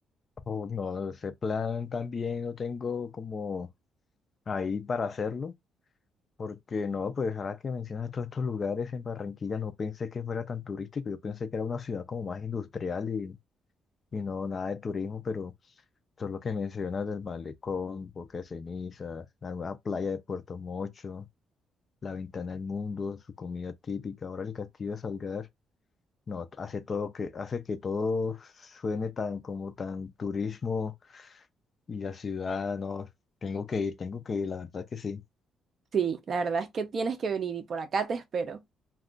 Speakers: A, on the left (about 30°); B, on the right (about 40°).
A: O no, ese plan también no tengo como ahí para hacerlo, porque no, pues ahora que mencionas todos estos lugares en Barranquilla, no pensé que fuera tan turístico, yo pensé que era una ciudad como más industrial y, y no nada de turismo, pero... Todo lo que mencionas del malecón, Boca de Cenizas, la nueva playa de Puerto Mocho, la ventana al mundo, su comida típica, ahora el castillo de Salgar, no, hace todo que, hace que todo suene tan como tan turismo y la ciudad, no, tengo que ir, tengo que ir, la verdad que sí.
B: Sí, la verdad es que tienes que venir y por acá te espero.